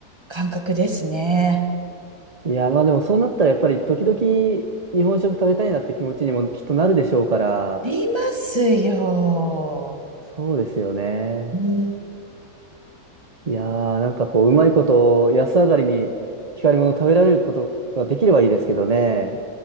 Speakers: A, on the right; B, on the right.
A: 感覚ですね。
B: いや、まあでもそうなったらやっぱり時々日本食食べたいなって気持ちにもきっとなるでしょうから、
A: ありますよ。
B: そうですよね。
A: うん
B: いやー、なんかこう、うまいこと、安上がりに光り物食べられることができればいいですけどね。